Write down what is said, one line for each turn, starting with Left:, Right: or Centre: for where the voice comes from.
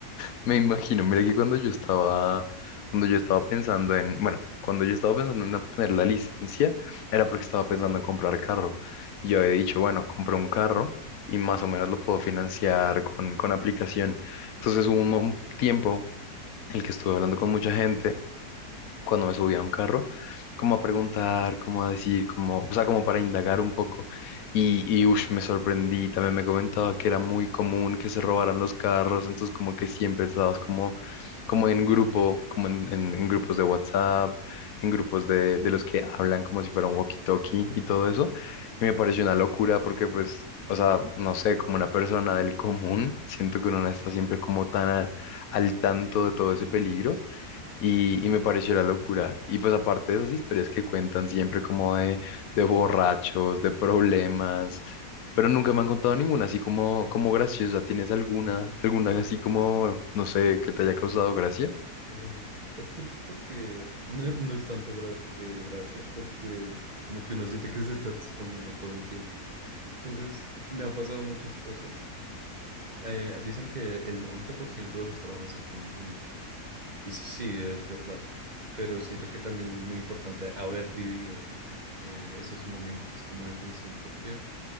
Left: Me imagino, mira que cuando yo estaba, cuando yo estaba pensando en, bueno, cuando yo estaba pensando en obtener la licencia, era porque estaba pensando en comprar carro. Y yo había dicho, bueno, compro un carro y más o menos lo puedo financiar con, con aplicación. Entonces hubo un, mo- un tiempo en el que estuve hablando con mucha gente cuando me subí a un carro, como a preguntar, como a decir, como, o sea, como para indagar un poco. Y, y ush, me sorprendí, también me comentaba que era muy común que se robaran los carros, entonces como que siempre estabas como, como en grupo, como en, en- en grupos de WhatsApp, en grupos de, de los que hablan como si fuera un walkie-talkie y todo eso. Y me pareció una locura porque pues... O sea, no sé, como una persona del común, siento que uno no está siempre como tan a- al tanto de todo ese peligro y, y me pareció la locura. Y pues aparte de esas historias que cuentan siempre como de, de borrachos, de problemas, pero nunca me han contado ninguna así como, como graciosa. ¿Tienes alguna, alguna así como, no sé, que te haya causado gracia?
Right: Eh, es curioso porque no, es no es tanto gra- de gracia, porque como que uno siente que se está exponiendo todo el tiempo. Entonces, me ha pasado muchas cosas Eh, dicen que el 90% de los trabajos se pueden enseñar. Y sí, sí, es verdad. Pero siento que también es muy importante haber vivido eh, esos momentos como de tensión, porque